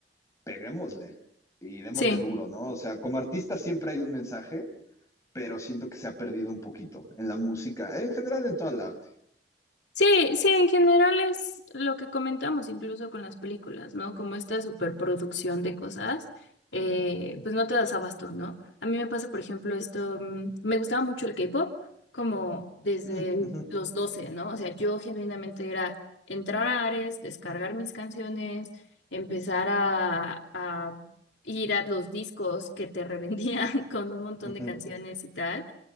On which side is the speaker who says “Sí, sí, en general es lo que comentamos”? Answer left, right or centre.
Left